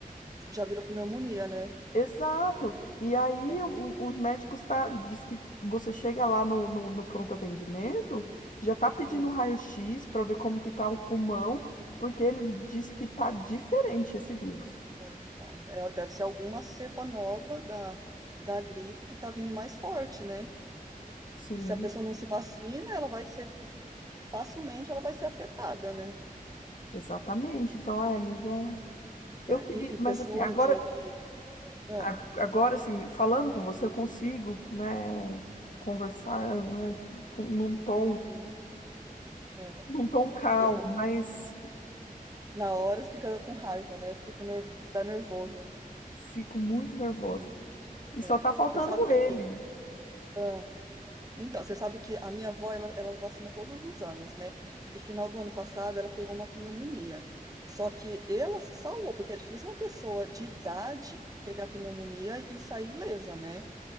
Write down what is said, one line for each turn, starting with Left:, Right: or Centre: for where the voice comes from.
Right: Já virou pneumonia, né?
Left: Exato. E aí
Right: Aham,
Left: o- os médicos tá, diz que você chega lá no, no, no pronto atendimento, já tá pedindo
Right: hum,
Left: raio-x para ver como que tá o pulmão, porque ele disse que tá diferente esse vírus.
Right: é, então, é, deve ser alguma cepa nova da, da gripe que tá vindo mais forte, né?
Left: Sim,
Right: E se a pessoa não se vacina, ela vai ser, facilmente ela vai ser afetada, né?
Left: exatamente. Então, ai, amiga, eu
Right: É,
Left: queria,
Right: e, e
Left: mas
Right: pessoa
Left: assim, agora
Right: de, de- é,
Left: A- Agora, assim, falando com você, eu consigo, né, conversar, né, com- num tom,
Right: uhum, é.
Left: num tom calmo,
Right: Eu-
Left: mas
Right: na hora fica com raiva, né? Fica com nervo, dá nervoso.
Left: fico muito nervosa. E só
Right: é.
Left: tá faltando
Right: Você sabe que
Left: ele.
Right: ah, Então, você sabe que a minha avó, ela, ela vacina todos os anos, né? E final do ano passado ela pegou uma pneumonia. Só que ela se salvou, porque é difícil uma pessoa de idade pegar pneumonia e sair ilesa, né?